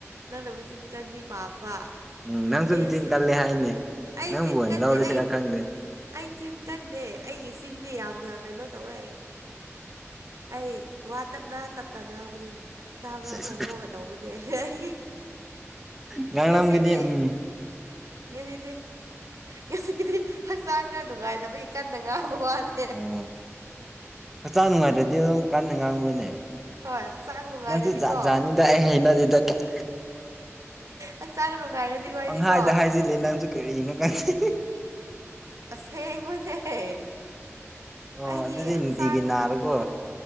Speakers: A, on the right; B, in the centre.
A: ꯅꯪꯅ ꯃꯆꯤꯟ ꯀꯟꯕꯤ ꯄꯥꯝꯕ
B: ꯎꯝ ꯅꯪꯁꯨ
A: ꯑꯦꯁ
B: ꯅꯆꯤꯟ ꯀꯜꯂꯦ ꯍꯥꯏꯅꯦ
A: ꯑꯩ
B: ꯅꯪꯕꯨ
A: ꯆꯤꯟ
B: ꯑꯣꯏꯅ
A: ꯀꯟꯗꯦ
B: ꯂꯧꯔꯁꯤꯔꯥ
A: ꯑꯩ
B: ꯈꯪꯗꯦ
A: ꯑꯩ ꯆꯤꯟ ꯀꯟꯗꯦ ꯑꯩꯒꯤ ꯆꯤꯟꯗꯤ ꯌꯥꯝꯅ ꯀꯩꯅꯣ ꯇꯧꯋꯦ ꯑꯩ ꯋꯥ ꯇꯞꯅ ꯇꯞꯅ ꯉꯥꯡꯕꯅꯦ ꯇꯥꯕ꯭ꯔꯣ
B: ꯁꯦꯁ
A: ꯇꯥꯃꯣꯒ ꯇꯧꯕꯅꯦ ꯑꯩ
B: ꯉꯥꯡꯂꯝꯒꯅꯤ
A: ꯉꯁꯤꯗꯤ
B: ꯎꯝ
A: ꯉꯁꯤꯗꯤ ꯉꯁꯤꯗꯤ ꯍꯛꯆꯥꯡ ꯈꯔ ꯅꯨꯡꯉꯥꯏꯇꯕꯒꯤ ꯀꯟꯅ ꯉꯥꯡꯕ ꯋꯥꯅꯤ
B: ꯑꯣ ꯍꯛꯆꯥꯡ ꯅꯨꯡꯉꯥꯏꯇ꯭ꯔꯗꯤ ꯑꯗꯨꯝ ꯀꯥꯟꯅ ꯉꯥꯡꯕ꯭ꯔꯅꯦ
A: ꯍꯣꯏ ꯍꯛꯆꯥꯡ ꯅꯨꯡꯉꯥꯏꯔꯗꯤꯀꯣ
B: ꯅꯪꯁꯨ ꯖꯥꯠ ꯖꯥꯠꯅꯤꯗ ꯑꯩ ꯍꯩꯅꯗꯦꯗ ꯀꯥꯏ
A: ꯍꯛꯆꯥꯡ ꯅꯨꯡꯉꯥꯏꯔꯗꯤꯀꯣ ꯑꯩꯗꯤꯀꯣ
B: ꯄꯪꯍꯥꯏꯗ ꯍꯥꯏꯖꯤꯜꯂꯤ ꯅꯪꯁꯨ ꯀꯔꯤꯅꯣ ꯈꯪꯅꯦ
A: ꯑꯁꯦꯡꯕꯅꯦ
B: ꯑꯣ
A: ꯑꯩꯗꯤ
B: ꯑꯗꯨꯗꯤ ꯅꯨꯡꯇꯤꯒꯤ
A: ꯍꯛꯆꯥꯡ
B: ꯅꯥꯔꯒꯣ